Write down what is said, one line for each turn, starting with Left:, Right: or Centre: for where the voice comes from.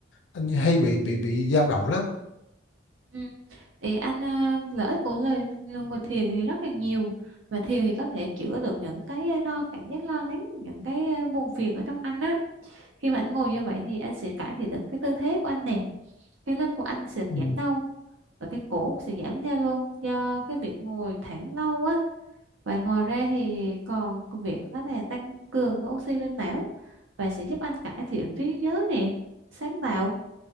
Left: anh hay bị bị bị dao động lắm
Right: ừ. thì anh ờ, lợi ích của lời ngồi thiền thì rất là nhiều và thiền thì có thể chữa được những cái lo cảm giác lo lắng những cái ờ, buồn phiền ở trong anh á Khi mà anh ngồi như vậy thì anh sẽ cải thiện được cái tư thế của anh nè, cái lưng của anh sẽ
Left: ừ.
Right: giảm đau và cái cổ cũng sẽ giảm theo luôn do cái việc ngồi thẳng lâu á. Và ngồi ra thì còn việc đó là tăng cường oxy lên não và sẽ giúp anh cải thiện trí nhớ nè, sáng tạo.